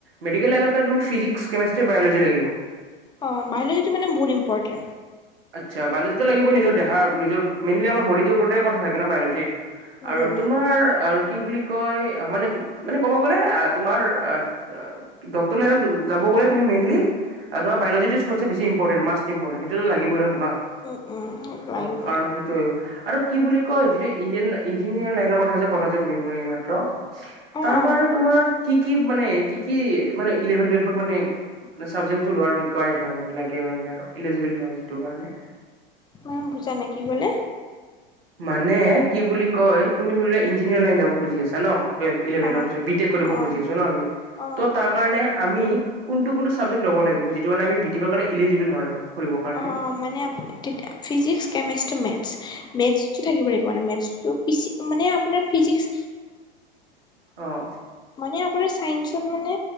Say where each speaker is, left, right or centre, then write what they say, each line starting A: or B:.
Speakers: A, on the right; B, on the left.
A: মেডিকেল লাইনত গলে তুমি ফিজিক্স, কেমেষ্টি। বায়লজি লাগিব।
B: অ', বায়োলজিটো মানে বহুত ইম্পৰ্টেণ্ট
A: আচ্ছা', বায়োলজিটো লাগিব নিজৰ দেহ নিজৰ মেইনলি আমাৰ বডিটোৰ ওপতেৰে কথা থাকে ন বায়োলজিত
B: উম,
A: আৰু তোমাৰ আৰু কি বুলি? কয়', অ', মানে মানে ক'ব গ'লে তোমাৰ অ', ডক্টৰ লাইনত যাব গ'লে তুমি মেইনলি অ', বায়োলজিটো চবছে বেছি ইম্পৰ্টেণ্ট মাষ্ট ইম্পৰ্টেণ্ট সেটোত লাগিবই ন তোমাক
B: উম, উম, উম, লাগিবই
A: অ কাৰণ সেইটোয়ে অ', আৰু কি বুলি কয় যিটো ই ইঞ্জিনিয়াৰ লাইনৰ কথা যে ক'লা যে তুমি মই এই মাত্ৰ
B: অ',
A: তাৰ
B: অ',
A: কাৰণে তোমাৰ কি, কি, মানে কি, কি, মানে ইলেভেন টুয়েলভত মানে চাবজেক্টটো লোৱাৰ ৰিকুৱাইৰ্ড হয় মানে লাগে মানে আৰু ইলিজিবল ধৰ হয় যিটো কাৰণে
B: মই বুজা নাই, কি কলি?
A: মানে কি বুলি কয়, তুমি ধৰি লোৱা ইঞ্জিনিয়াৰ লাইন যাব খুজি আছা ন? টুয়েলভ ইলেভেনৰ
B: অ',
A: পিছত বি টেক কৰিব
B: অ',
A: খুজি আছোঁ ন আমি,
B: অ',
A: ত তাৰ কাৰণে আমি কোনটো কোনটো চাবজেক্ট ল'ব লাগ যটো কাৰণে আমি বি টেক কৰ কাৰণে ইলিজিবল হয় আৰু কৰিবৰ কাৰণে
B: অ', মানে ফিজিক্স, কেমেষ্ট্ৰি, মেথছ, মেথছটো থাকিবৈ মেথছটো পিছে মানে আপোনাৰ ফিজিক্স
A: আহঁ',
B: মানে আপোনাৰ চাইন্সত মানে